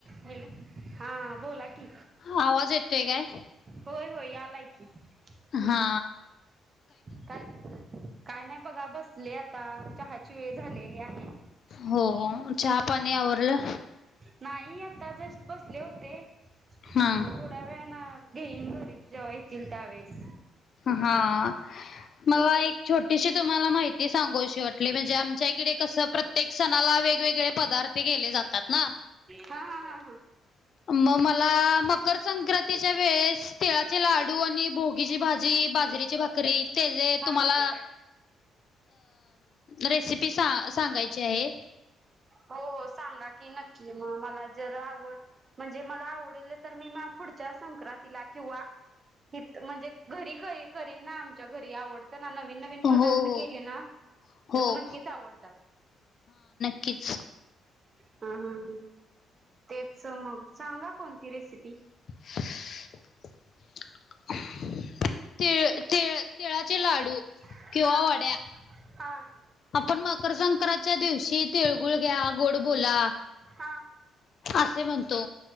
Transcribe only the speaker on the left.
आवाज येतोय काय
हा
हो हो चहा पाणी आवरलं
हा
हां मला एक छोटीशी तुम्हाला माहिती सांगायची वाटली म्हणजे आमच्या इकडे कस प्रत्येक सणाला वेगवेगळे पदार्थ केले जातात ना.
मग मला मकर संक्रांतीच्या वेळेस ती ळाचे लाडू आणि भोगी भाजी बाजरी भाकरी ते जे
तुम्हाला
रेसिपी सांगायची. आहे
हो
हो
हो
कच
क्षेत्रात काही प्रमाणात वाढत असल्याचे जाहीर करण्यात आलेली कामे तळ तेळ तिळाचे लाडू
किंवा वड्या
आपण मकर संक्रांतच्या दिवशी तिळगुळ घ्या गोड बोला
असे म्हणतो.